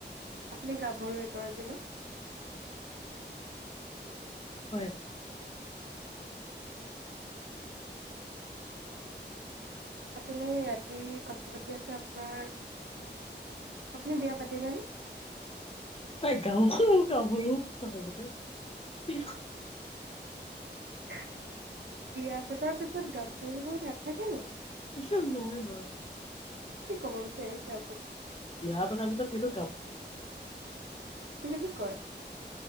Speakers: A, on the right; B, on the left.
A: আপুনি গাভৰু <unintelligible>
B: হয়।
A: আপুনি ৰাতি কথা পাতি আছে আপোনাৰ। আপুনি বিয়া পাতিলেনে?
B: গাওখোঁ গাভৰু পাই গতে। <unintelligible>
A: বিয়া পতাৰ পিছত গাভৰু হৈ নাথাকে নেকি?
B: আছোঁং নহয় নয়
A: কি ক'ব বিচাৰিছে আপুনি?
B: বিয়া পতাৰ পিছত সিটো
A: <unintelligible> তুমি কি কয়?